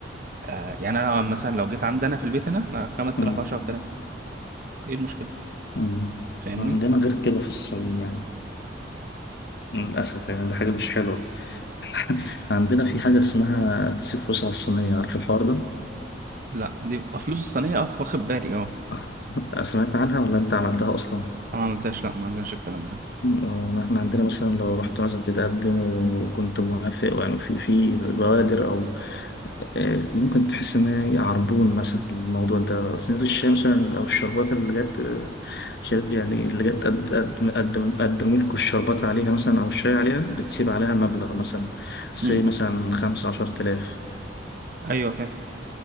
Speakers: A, on the right; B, on the left.
A: آه، يعني انا مثلا لو جيت عندنا في البيت هنا احنا 5000
B: مم.
A: 10000 ايه المشكله
B: مم.
A: فاهمني
B: عندنا غير كده في الصين يعني للأسف يعني ده حاجة مش حلوة <laughs> عندنا في حاجة اسمها تسيب فلوس على الصينية عارف الحوار ده؟
A: لا دي بقى فلوس الصينيه اه واخد بالي اه
B: <laughs> سمعت عنها ولا أنت عملتها أصلا؟
A: انا ما عملتهاش لا ما عندناش الكلام ده
B: آه، احنا عندنا مثلا لو رحت مثلا تتقدم وكنت موافق يعني في في بوادر او آه، ممكن تحس إن هي عربون مثلا الموضوع ده صينية الشاي مثلا أو الشربات اللي جت آه، شرب يعني اللي جت قد- قد- قدم قدموا لكم الشربات عليها مثلا أو الشاي عليها بتسيب عليها مبلغ مثلا سي
A: م-
B: مثلا خمسة عشر تلاف
A: ايوه فاهم